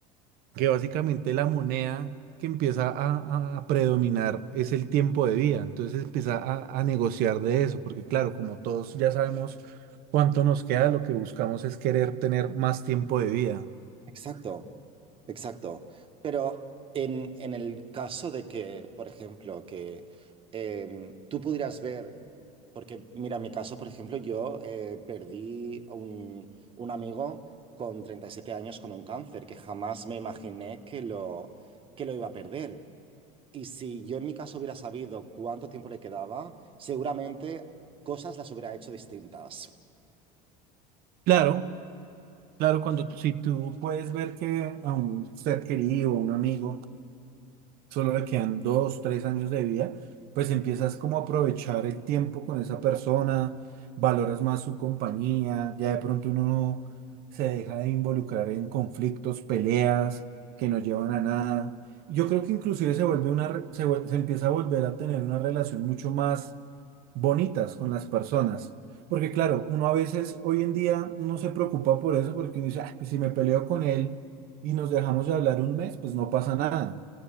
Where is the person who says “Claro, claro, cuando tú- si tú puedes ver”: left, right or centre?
Right